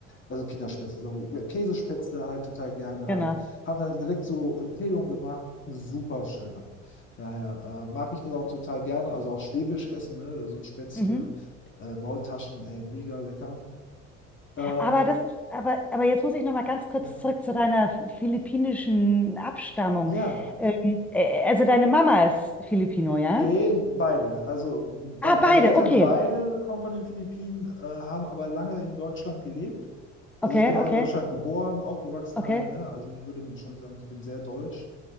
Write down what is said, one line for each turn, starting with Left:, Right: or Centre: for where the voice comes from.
Left: also Kinderspätzle, sorry, Käsespätzle halt total gerne halt
Centre: Genau.
Left: haben dann direkt so Empfehlungen gemacht. Super Schönheit Daher äh, mag ich das auch total gerne. Also auch Schwäbisch essen, ne? Also Spätzle,
Centre: Mhm.
Left: äh, Maultaschen, ey, mega lecker. Äh,
Centre: Aber das ist, aber, aber jetzt muss ich noch mal ganz kurz
Left: ja,
Centre: zurück zu deiner philippinischen Abstammung.
Left: ja.
Centre: Ähm, äh, also deine Mama ist Filipino, ja?
Left: Nee, beide. Also bei,
Centre: Ah,
Left: meine
Centre: beide.
Left: Eltern
Centre: Okay.
Left: beide kommen von den Philippinen, äh, haben aber lange in Deutschland gelebt. Also
Centre: Okay,
Left: ich bin auch
Centre: okay,
Left: in Deutschland geboren, aufgewachsen
Centre: okay.
Left: halt, ne? Also ich würde schon sagen, ich bin sehr deutsch.